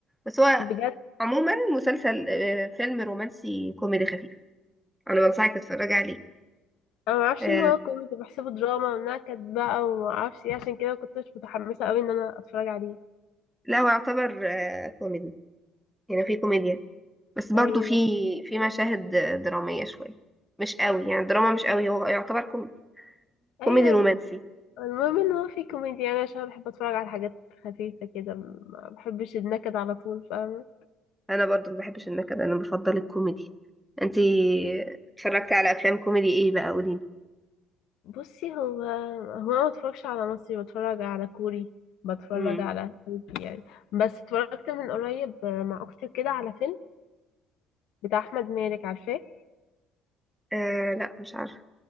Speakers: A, in the centre; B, on the left.
A: بس هو
B: بجد
A: عموما مسلسل آه، فيلم رومانسي كوميدي خفيف انا بنصحك تتفرجي عليه
B: انا ما اعرفش
A: آه،
B: ان هو كوميدي بحسبه دراما وانها كانت بقى وما اعرفش ايه عشان كده ما كنتش متحمسه قوي ان انا اتفرج عليه
A: لا هو يعتبر آه، كوميدي يعني في كوميديا بس برضو
B: ايوه
A: في
B: بس
A: في مشاهد درامية شوية مش قوي يعني الدراما مش قوي هو يعتبر كوميدي كوميدي
B: ايوه
A: رومانسي
B: بس المهم ان هو في كوميديا يعني عشان انا بحب اتفرج على حاجات خفيفه كده ما بحبش النكد على طول فاهمه
A: انا برضو ما بحبش النكد انا بفضل الكوميدي انتي اتفرجتي على افلام كوميدي ايه بقى قوليلي
B: بصي هو هو انا ما بتفرجش على مصري بتفرج على كوري بتفرج
A: امم
B: على تركي يعني بس اتفرجت من قريب مع اختي كده على فيلم بتاع احمد مالك عارفاه
A: آه لا مش عارفة